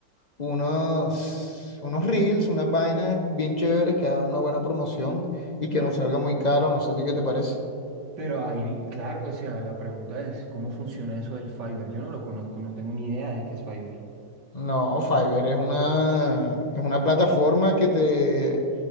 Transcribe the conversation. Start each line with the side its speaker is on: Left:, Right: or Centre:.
Left: unos, unos reels, unas vainas bien chéveres que hagan una buena promoción y que no salga muy caro, no sé a ti qué te parece.
Right: Pero ahí, claro, o sea, la pregunta es, ¿cómo funciona eso del Fiverr? Yo no lo conozco, no tengo ni idea de qué es Fiverr.
Left: No, Fiverr es una, es una plataforma que te